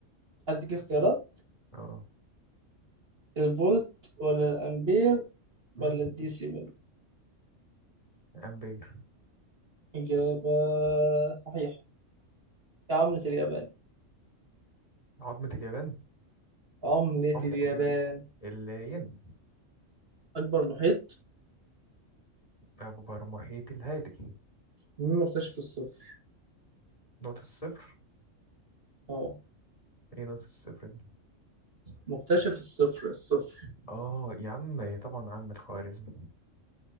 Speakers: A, on the right (about 50°); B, on the left (about 25°).
A: اديك اختيارات
B: اه
A: الفولت ولا الامبير
B: مم.
A: ولا الدي سي ميل
B: أمبير
A: اجابة صحيحة دي عملة اليابان
B: عظمة اليابان
A: عملة
B: عملة
A: اليابان
B: الين الين
A: اكبر محيط
B: أكبر محيط الهادي
A: مين مكتشف الصفر
B: نقطة الصفر
A: اه
B: ايه نقطة الصفر دي
A: مكتشف الصفر الصفر
B: اه يا عم طبعا عم الخوارزمي